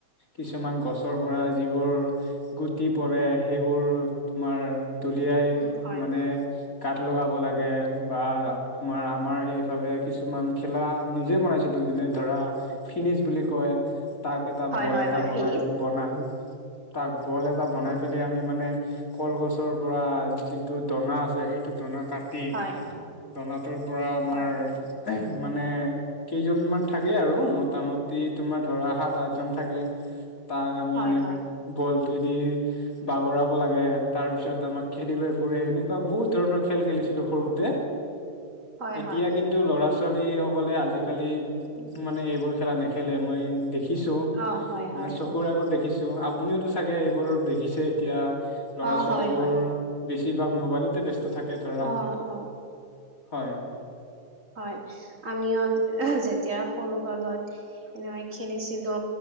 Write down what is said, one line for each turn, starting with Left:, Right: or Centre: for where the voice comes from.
Left: কিছুমান গছৰ পৰা যিবোৰ গুটি পৰে সেইবোৰ তোমাৰ। দলিয়াই
Right: উম হয়
Left: মানে গাত লগাব লাগে বা। <unintelligible> তোমাৰ আমাৰ এইফালে কিছুমান খেলা নিজে বনাইছিলোঁ যেনে ধৰা ফিনিছ বুলি কয়। তাক এটা
Right: হয়
Left: বল
Right: হয়
Left: এটা
Right: হয়
Left: বনাই,
Right: ফিনিছ
Left: বনা তাক বল এটা বনাই
Right: হয়
Left: পেলে আমি মানে। কলগছৰ পৰা যিটো দনা আছে সেইটো দনাত। কাটি
Right: হয়
Left: দনাটোৰ পৰা আমাৰ।
Right: হয়
Left: মানে কেইজনমান থাকে আৰু মোটামুটি তোমাৰ ধৰা সাত আঠজন থাকে। তাক আমি
Right: হয়
Left: এনে
Right: হয়।
Left: বলটো দি বাগৰাব লাগে তাৰ পিছত। <unintelligible> আমাক খেদি লৈ ফুৰে এনেকুৱা বহুত ধৰণৰ খেল খেলিছিলো সৰুতে।
Right: হয়
Left: এতিয়া
Right: হয়
Left: কিন্তু ল'ৰা। ছোৱালী সকলে আজিকালি মানে এইবোৰ খেলা নেখেলে মই। দেখিছোঁ
Right: অ হয়
Left: মানে
Right: হয়
Left: চকুৰ
Right: হয়
Left: আগত দেখিছোঁ আপুনিওটো চাগে এইবোৰ দে খিছে এতিয়া ল'ৰা
Right: অ
Left: ছোৱালী
Right: হয়
Left: বোৰ
Right: হয়
Left: বেছিভাগ মোবাইলতে বস্ত। থাকে ধৰা
Right: অ অ
Left: হয়।
Right: হয় আমিও যেতিয়া সৰু কালত এনেকৈ খেলিছিলো।